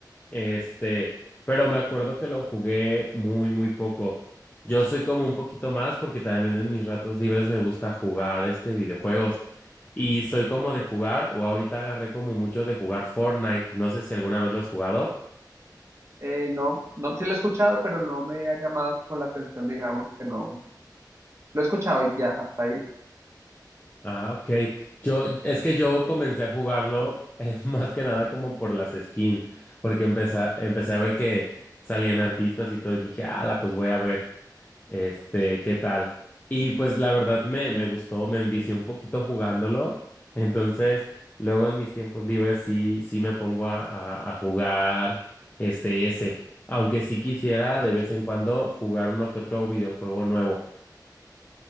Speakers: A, on the left (about 25°); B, on the right (about 35°).
A: este, pero me acuerdo que lo jugué muy, muy poco. Yo soy como un poquito más porque también en mis ratos libres me gusta jugar este videojuegos y soy como de jugar o ahorita agarré como mucho de jugar Fortnite. No sé si alguna vez lo has jugado.
B: Eh, no, no, sí lo he escuchado, pero no me ha llamado como la atención, digamos que no. Lo he escuchado y ya, hasta ahí.
A: Ah, ok. Yo, es que yo comencé a jugarlo eh, <laughs> más que nada como por las skins, porque empecé, a- empecé a ver que salían artistas y todo y dije, ala, pues voy a ver. Este, ¿qué tal? Y pues la verdad me, me gustó, me envicié un poquito jugándolo. Entonces, luego en mis tiempos libres sí, sí me pongo a, a- a jugar este ese. Aunque sí quisiera de vez en cuando jugar uno que otro videojuego nuevo.